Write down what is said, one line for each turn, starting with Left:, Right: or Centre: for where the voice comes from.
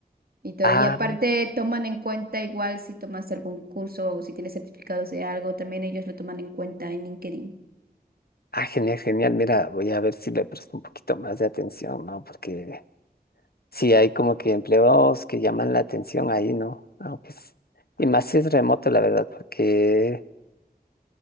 Right: Y todo.
Left: Ah,
Right: Y aparte toman en cuenta igual si tomaste algún curso o si tienes certificados de algo, también ellos lo toman en cuenta en LinkedIn.
Left: ah, genial, genial. Mira, voy a ver si le presto un poquito más de atención, ¿no? Porque sí hay como que empleos que llaman la atención ahí, ¿no? Aunque es- y más si es remoto, la verdad, porque